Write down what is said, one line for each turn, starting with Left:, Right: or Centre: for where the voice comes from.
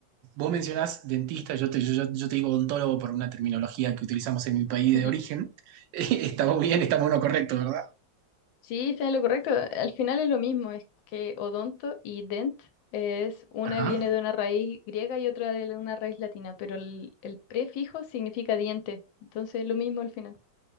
Right: vos mencionás dentista, yo te, yo, yo- yo te digo odontólogo por una terminología que utilizamos en mi país
Left: <laughs>
Right: de origen. <laughs> Está muy bien, estamos en correcto, ¿verdad?
Left: Sí, está en lo correcto. Al final es lo mismo, es que odonto y dent es una
Right: Ajá.
Left: viene de una raíz griega y otra de una raíz latina, pero el, el prefijo significa diente. Entonces es lo mismo al final.